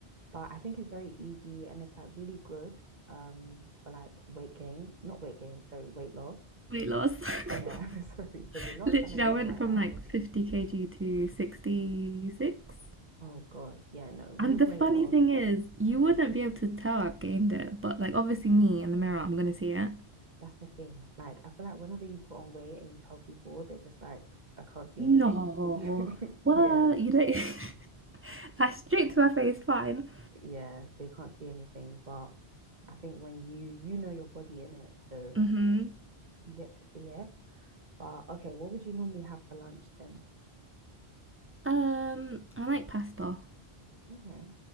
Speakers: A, on the right; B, on the right.
A: But I think it's very easy and it's like really good um for like weight gain, not weight gain, sorry, weight loss.
B: Weight loss. <laughs>
A: Yeah, <laughs> sorry, because you're not
B: Literally,
A: trying to gain
B: I went
A: right
B: from
A: now.
B: like 50 kg to 66.
A: Oh gosh, yeah, no, with
B: And the
A: weight
B: funny
A: loss,
B: thing is, you wouldn't be able to tell I've gained it, but like obviously me in the mirror, I'm gonna see it.
A: that's the thing. Like, I feel like whenever you put on weight and you tell people, they're just like, I can't see anything.
B: No,
A: <laughs>
B: what?
A: Yeah,
B: You don't. <laughs> That's straight to my face. Fine.
A: yeah, they can't see anything. But I think when you you know your body in it, so
B: Mhm.
A: you get to see it. But okay, what would you normally have for lunch then?
B: Um, I like pasta.
A: Okay,